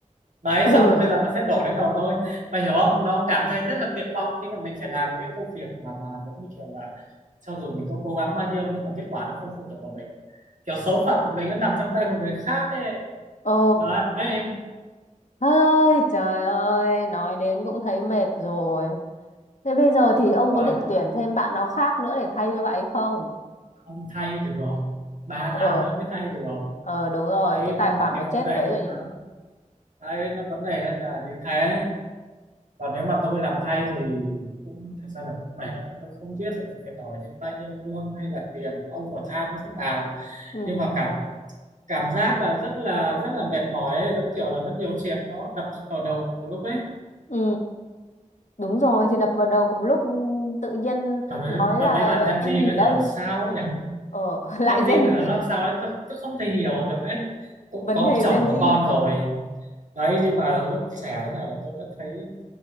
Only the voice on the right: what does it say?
đấy
xong rồi bây giờ nó sẽ đổ lên đầu tôi mà hiểu không nó cảm thấy rất là tuyệt vọng khi mà mình phải làm những cái công việc mà mà giống như kiểu là cho dù mình có cố gắng bao nhiêu nhưng mà kết quả nó không phụ thuộc vào mình kiểu số phận của mình nó nằm trong tay một người khác ấy
đấy
còn
không thay được không ba
tháng nữa mới thay được không
đấy
nó
là cái
vấn đề
nó đấy nó vấn đề nó là như thế còn nếu mà tôi làm thay thì cũng thật ra là cũng mệt lắm tôi không biết là tôi phải đòi thêm bao nhiêu lương hay là tiền overtime như thế nào
nhưng mà cảm cảm giác là rất là rất là mệt mỏi ấy giống kiểu là nó nhiều chuyện nó đập vào đầu một lúc ấy
mà mấy,
mà
mấy bạn Gen Z
bây
giờ làm sao ấy nhỉ
Gen Z
bây giờ nó làm sao ấy tôi, tôi không thể hiểu được ấy cũng
có
chồng
có
con rồi đấy nhưng mà lúc trẻ thế này là tôi đã thấy